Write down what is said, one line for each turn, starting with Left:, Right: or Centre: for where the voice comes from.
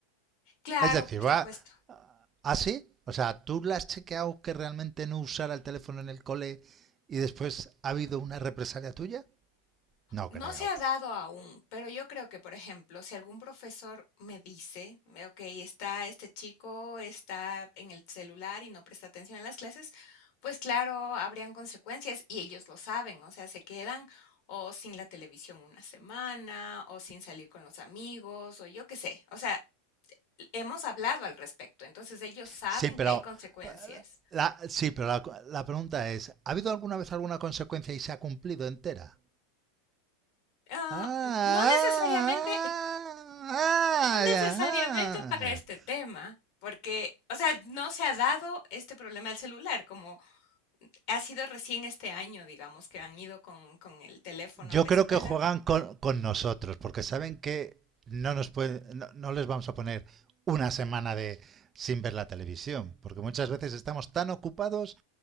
Left: claro,
Right: Es decir,
Left: por supuesto.
Right: va así, o sea, ¿tú la has chequeado que realmente no usara el teléfono en el cole y después ha habido una represalia tuya? No
Left: No
Right: creo.
Left: se ha dado aún, pero yo creo que, por ejemplo, si algún profesor me dice, eh, ok, está este chico, está en el celular y no presta atención a las clases, pues claro, habrían consecuencias y ellos lo saben, o sea, se quedan o sin la televisión una semana, o sin salir con los amigos, o yo qué sé, o sea, hemos hablado al respecto, entonces ellos saben
Right: Sí, pero
Left: que hay consecuencias.
Right: la, sí, pero la, la pregunta es, ¿ha habido alguna vez alguna consecuencia y se ha cumplido entera?
Left: Ah,
Right: Ah,
Left: no necesariamente
Right: ah,
Left: No
Right: ah,
Left: necesariamente
Right: ah,
Left: para
Right: ah.
Left: este tema, porque, o sea, no se ha dado este problema del celular, como ha sido recién este año, digamos, que han ido con, con el teléfono
Right: Yo
Left: a la
Right: creo
Left: escuela.
Right: que juegan con,
Left: Mm.
Right: con nosotros, porque saben que no, nos pueden, no, no les vamos a poner una semana de, sin ver la televisión, porque muchas veces estamos tan ocupados